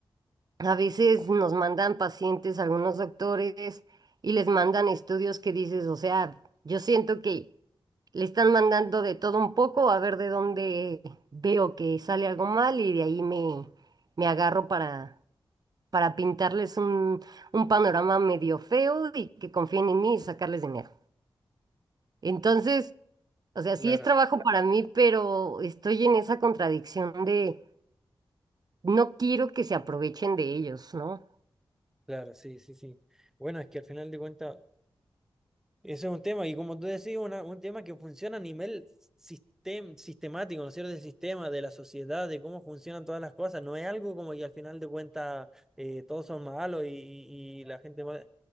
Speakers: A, on the right (about 45°); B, in the centre.
A: a veces nos mandan pacientes, algunos doctores, y les mandan estudios que dices, o sea, yo siento que... Le están mandando de todo un poco a ver de dónde veo que sale algo mal y de ahí me, me agarro para, para pintarles un, un panorama medio feo y que confíen en mí y sacarles dinero. Entonces, o sea,
B: Claro,
A: sí es trabajo para mí, pero estoy en esa contradicción de no quiero que se aprovechen de ellos, ¿no?
B: claro, sí, sí, sí. Bueno, es que al final de cuentas. Ese es un tema, y como tú decís, una- un tema que funciona a nivel sistem- sistemático, ¿no es cierto? Del sistema, de la sociedad, de cómo funcionan todas las cosas. No es algo como que al final de cuentas eh, todos son malos y, y- y la gente mala.